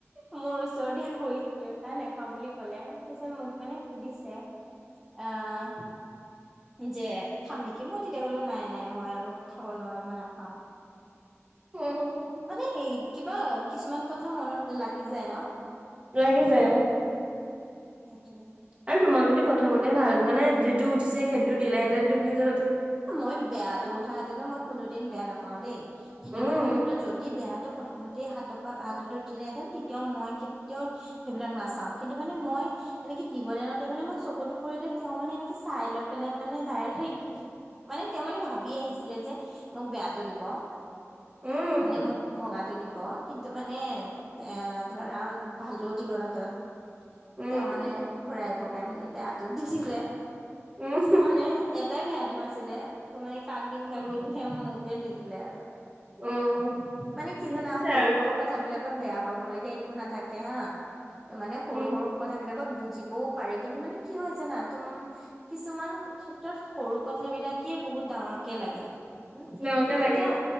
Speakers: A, in the centre; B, on the right (about 25°).
A: মোৰ ওচৰতে সৰি দিলে তাই নাখাওঁ বুলি ক'লে, পিছত মোক মানে সুধিছে আহ যে খাম নেকি মই তেতিয়া কলো নাই নাই মই আৰু খাব নোৱাৰো মই নাখাও
B: ওম
A: মানে কিবা কিছুমান কথা মনত লাগি যায় ন
B: লাগি যায় অ
A: এইটোৱে
B: আৰু তোমাক যদি প্ৰথমতে ভাল মানে যিটো উঠিছে সেইটো দিলেহেঁতেন তুমি যে
A: মই বেয়াটো উঠাহেতেনো মই কোনোদিন বেয়া নাপাও দেই সেইটো
B: উম,
A: কথা কিন্তু যদি বেয়াটো প্ৰথমতে হাতৰ পৰা হাতত উঠিলেহেঁতেন তেতিয়াও মই কেতিয়াও সেইবিলাক নাচাও কিন্তু মানে মই এনেকে দিবলে আনোতে মানে মই চকুত পৰিলে তেওঁ মানে এনেকে চাই লৈ পেলাই মানে ডাইৰেক্ট মানে তেওঁ মানে ভাবি আহিছিলে যে মোক বেয়াটো দিব
B: উম,
A: মানে মোক ভগাটো দিব কিন্তু মানে এ ধৰা ভালটো উঠি গল হাতত ত
B: উম,
A: তেওঁ মানে ঘূৰাই পকাই মেলি বেয়াতো দি দিলে
B: উম,
A: মানে এটাই বেয়া দিম আছিলে ত মানে কাক দিম কাক
B: উম।
A: দিম সেও মোকে দি দিলে আৰু
B: উম।
A: মানে কি
B: দি
A: জানা
B: দিছে
A: সৰু
B: আৰু
A: সৰু
B: তোমাকে,
A: কথাবিলাক বেয়া পাব লগীয়া একো নাথাকে হা মানে সৰু
B: উম,
A: সৰু কথা বিলাক গত বুজিবও পাৰে কিন্তু মানে কি হয় জানা তুম কিছুমান ক্ষেত্ৰত সৰু কথা তাকে বহুত ডাঙৰকে লাগে হম
B: তেওঁকে
A: সেইটো
B: লাগে
A: এটা
B: অ'।